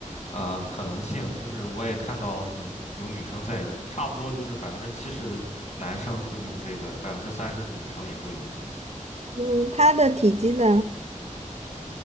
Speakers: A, on the left; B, on the right.
A: 呃，可能性。就是我也看到女有女生在用，差不多就是百分之七十的男生会用这个，百分之三十的女生也会用这个。
B: 嗯，它的体积呢，